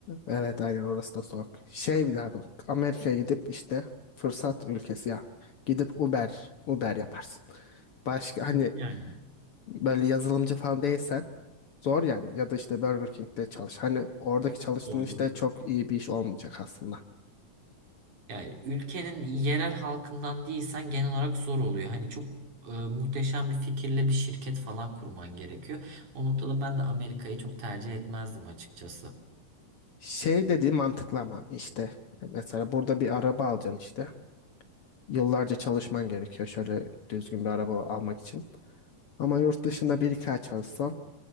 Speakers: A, on the left; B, on the right.
A: Evet aynen orası da soğuk. Şey bir daha bak. Amerika'ya gidip işte fırsat ülkesi ya. Gidip Uber, Uber yaparsın. Başka hani
B: Yani.
A: böyle yazılımcı falan değilsen zor yani. Ya da işte Burger King'de çalış. Hani oradaki çalıştığın
B: Doğru.
A: işte çok iyi bir iş olmayacak aslında.
B: Yani ülkenin yerel halkından değilsen genel olarak zor oluyor. Hani çok e, muhteşem bir fikirle bir şirket falan kurman gerekiyor. O noktada ben de Amerika'yı çok tercih etmezdim açıkçası.
A: Şey dediği mantıklı ama işte e, mesela burada bir araba alacaksın işte. Yıllarca çalışman gerekiyor şöyle düzgün bir araba almak için. Ama yurt dışında bir iki ay çalışsan